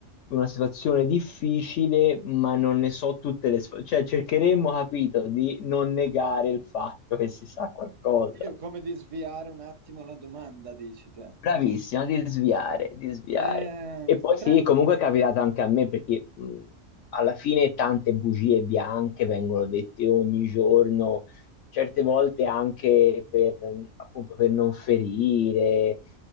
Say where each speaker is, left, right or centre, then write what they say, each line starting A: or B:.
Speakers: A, on the left; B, on the right.
A: una situazione difficile, ma non ne so tutte le... sf- Cioè, cercheremo, capito, di non negare il fatto che si sa qualcosa.
B: Sì, è come di sviare un attimo la domanda, dici te.
A: Bravissimo, di sviare, di sviare.
B: Eh,
A: E poi
B: potrebbe...
A: sì, comunque è capitato anche a me perché mh, alla fine tante bugie bianche vengono dette ogni giorno certe volte anche per, appunto, per non ferire,